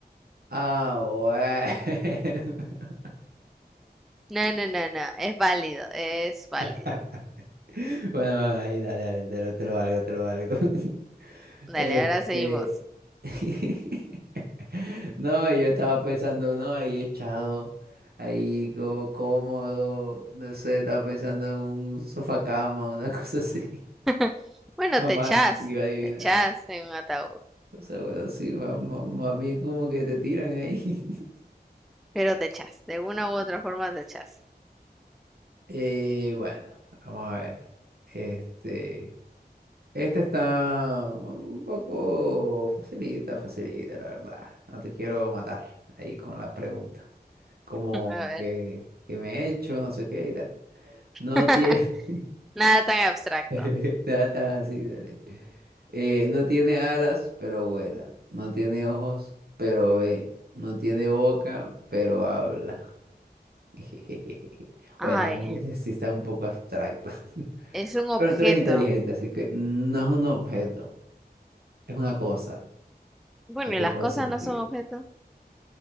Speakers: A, on the right; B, in the centre.
A: Ah, bueno. <laughs>
B: No, no, no, no, es válido, es válido.
A: <laughs> Bueno, ahí, dale, dale, te lo, te lo valgo, te lo valgo. <laughs>
B: Dale,
A: Este.
B: ahora seguimos.
A: <laughs> No, yo estaba pensando, no, ahí echado, ahí como cómodo, no sé, estaba pensando en un sofá cama, una cosa así.
B: <laughs> Bueno,
A: <laughs> Jamás
B: te echas,
A: iba a adivinar.
B: te echas en un ataúd,
A: O sea, bueno, sí, ma- ma- más, bien como que te tiran ahí. <laughs>
B: pero te echas, de una u otra forma te echas.
A: Eh, bueno, vamos a ver. Este. Este está un poco facilita, facilita, la verdad. No te quiero matar ahí con las preguntas. Como
B: <laughs> A ver,
A: que, que me he hecho, no sé qué y tal. No
B: <laughs>
A: tiene
B: nada tan abstracto.
A: <laughs> nada tan así, dale. Eh, no tiene alas, pero vuela. No tiene ojos, pero ve. No tiene boca, pero habla. <laughs>
B: Ay,
A: Bueno, ese sí está un poco abstracto. <laughs>
B: es un objeto.
A: Pero tú eres inteligente, así que no es un objeto, es una cosa.
B: Bueno,
A: que tú
B: ¿y las
A: puedes
B: cosas
A: sentir,
B: no son objetos?